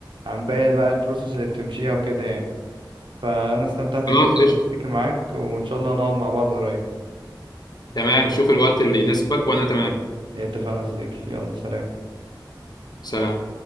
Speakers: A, on the right (about 80°); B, on the left (about 60°).
A: عن باقي بقى البروسيس اللي بتمشيها وكده يعني فانا استمتعت
B: خلاص
A: جدا
B: قشطة
A: اني أتحدث معاك وان شاء الله نقعد مع بعض قريب
B: تمام شوف الوقت اللي يناسبك وانا تمام
A: اتفقنا يا صديقي يلا سلام
B: سلام